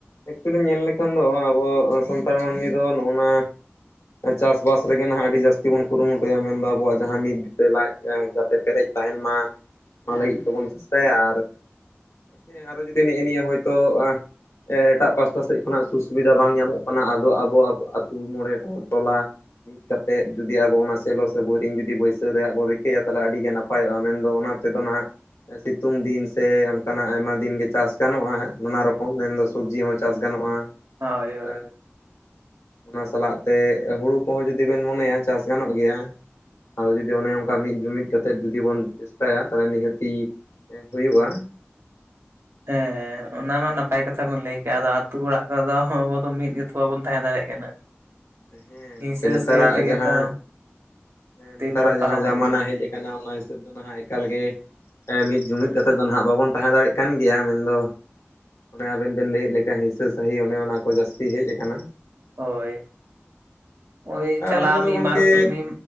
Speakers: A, on the left; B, on the right.
A: ᱮᱠᱪᱩᱭᱮᱞᱤ ᱧᱮᱞ ᱞᱮᱠᱷᱟᱱ ᱫᱚ ᱟᱵᱚ ᱥᱟᱱᱛᱟᱲ ᱢᱟᱹᱱᱢᱤ ᱫᱚ ᱱᱚᱜᱼᱱᱟ ᱪᱟᱥᱵᱟᱥ ᱨᱮᱜᱮ ᱱᱟᱦᱟᱸᱜ ᱟᱹᱰᱤ ᱡᱟᱹᱥᱛᱤ ᱵᱚᱱ ᱠᱩᱨᱩᱢᱩᱴᱩᱭᱟ ᱢᱮᱱᱫᱚ ᱟᱵᱚᱣᱟᱜ ᱡᱟᱦᱟᱸ ᱢᱤᱫ ᱵᱤᱛᱟᱹ ᱞᱟᱡ ᱡᱟᱛᱮ ᱯᱮᱨᱮᱡ ᱛᱟᱦᱮᱱ ᱢᱟ, ᱚᱱᱟ ᱞᱟᱹᱜᱤᱫ ᱛᱮᱵᱚᱱ ᱪᱮᱥᱴᱟᱭᱟ ᱟᱨ ᱦᱮᱸ ᱟᱨᱚ ᱡᱩᱫᱤ ᱱᱤᱜᱼᱤ ᱱᱤᱭᱟᱹ ᱦᱚᱭᱛᱳ ᱟ ᱮᱴᱟᱜ ᱯᱟᱥᱴᱟ ᱥᱮᱫ ᱠᱷᱚᱱᱟᱜ ᱥᱩ-ᱥᱩᱵᱤᱫᱷᱟ ᱵᱟᱝ ᱧᱟᱢᱚᱜ ᱠᱟᱱᱟ ᱟᱫᱚ ᱟᱵᱚ ᱟᱵᱚ ᱟᱹᱛᱩ ᱢᱚᱬᱮ <unintelligible> ᱴᱚᱞᱟ ᱢᱤᱫ ᱠᱟᱛᱮᱫ ᱡᱩᱫᱤ ᱟᱵᱚ ᱚᱱᱟ ᱥᱮᱞᱳ ᱥᱮ ᱵᱳᱨᱤᱝ ᱡᱩᱫᱤ ᱵᱟᱹᱭᱥᱟᱹᱣ ᱨᱮᱭᱟᱜ ᱵᱚ ᱨᱤᱠᱟᱹᱭᱟ ᱛᱟᱦᱞᱮ ᱟᱹᱰᱤᱜᱮ ᱱᱟᱯ ᱱᱟᱯᱟᱭᱚᱜᱼᱟ ᱢᱮᱱᱫᱚ ᱚᱱᱟ ᱛᱮᱫᱚ ᱱᱟᱜ ᱥᱤᱛᱩᱝ ᱫᱤᱱ ᱥᱮ ᱚᱱᱠᱟᱱᱟᱜ ᱟᱭᱢᱟ ᱫᱤᱱ ᱜᱮ ᱪᱟᱥ ᱜᱟᱱᱚᱜᱼᱟ, ᱱᱟᱱᱟ ᱨᱚᱠᱚᱢ ᱢᱮᱱᱫᱚ ᱥᱚᱵᱽᱡᱤ ᱦᱚᱸ ᱪᱟᱥ ᱜᱟᱱᱚᱜᱼᱟ᱾
B: ᱦᱳᱭ ᱦᱳᱭ
A: ᱟ ᱚᱱᱟ ᱥᱟᱞᱟᱜ ᱛᱮ ᱦᱩᱲᱩ ᱠᱚᱦᱚᱸ ᱡᱩᱫᱤ ᱵᱮᱱ ᱢᱚᱱᱮᱭᱟ ᱪᱟᱥ ᱜᱟᱱᱚᱜ ᱜᱮᱭᱟ᱾ ᱟᱫᱚ ᱡᱩᱫᱤ ᱚᱱᱮ ᱚᱱᱠᱟ ᱢᱤᱫ ᱡᱩᱢᱤᱫ ᱠᱟᱛᱮᱫ ᱡᱩᱫᱤ ᱵᱚᱱ ᱪᱮᱥᱴᱟᱭᱟ ᱛᱟᱦᱞᱮ ᱱᱤᱦᱟᱹᱛᱤ ᱮᱸ ᱦᱳᱭᱳᱜ-ᱟ᱾
B: ᱦᱮᱸ ᱚᱱᱟ ᱢᱟ ᱱᱟᱯᱟᱭ ᱠᱟᱛᱷᱟ ᱵᱚᱱ ᱞᱟᱹᱭ ᱠᱮᱜ ᱟᱫᱚ ᱟᱛᱳ ᱦᱚᱲᱟᱜ ᱠᱚᱨᱮᱫᱚ ᱟᱵᱚ ᱫᱚ ᱢᱤᱫ ᱜᱮᱛᱚ ᱵᱟᱵᱚᱱ ᱛᱟᱦᱮᱸ ᱫᱟᱲᱮᱜ ᱠᱟᱱᱟ᱾
A: ᱦᱮᱸ
B: ᱦᱤᱝᱥᱟᱹ
A: ᱜᱚᱝᱠᱮ ᱱᱮᱛᱟᱨᱟᱜ
B: ᱥᱩᱭᱟᱹ ᱛᱮᱜᱮ
A: ᱡᱟᱦᱟᱸ,
B: ᱛᱚ
A: ᱦᱮᱸ
B: ᱫᱤᱱ
A: ᱱᱮᱛᱟᱨᱟᱜ
B: ᱠᱚ ᱯᱟᱨᱚᱢᱚᱜ
A: ᱡᱟᱦᱟᱸ ᱡᱟᱢᱟᱱᱟ ᱦᱮᱡ ᱠᱟᱱᱟ ᱚᱱᱟ ᱦᱤᱥᱟᱹᱵ ᱫᱚ ᱱᱟᱦᱟᱜ ᱮᱠᱟᱞ ᱜᱮ ᱦᱮᱸ ᱢᱤᱫ ᱡᱩᱢᱤᱫ ᱠᱟᱛᱮᱫ ᱫᱚ ᱱᱟᱦᱟᱸᱜ ᱵᱟᱵᱚᱱ ᱛᱟᱦᱮᱸ ᱫᱟᱲᱮᱜ ᱠᱟᱱ ᱜᱮᱭᱟ ᱢᱮᱱᱫᱚ ᱚᱱᱮ ᱟᱵᱮᱱ ᱵᱮᱱ ᱞᱟᱹᱭᱮᱜ ᱞᱮᱠᱟ ᱦᱤᱸᱥᱟᱹ ᱥᱟᱹᱦᱤᱡ ᱚᱱᱮ ᱚᱱᱟ ᱠᱚ ᱡᱟᱹᱥᱛᱤ ᱦᱮᱡ ᱟᱠᱟᱱᱟ᱾
B: ᱦᱳᱭ, ᱳᱭ
A: ᱟᱨ
B: ᱪᱟᱞᱟᱜ
A: ᱚᱱᱟ ᱠᱚᱫᱚ
B: ᱢᱤᱨ
A: ᱜᱚᱝᱠᱮ
B: ᱢᱟᱨᱥ ᱢᱤ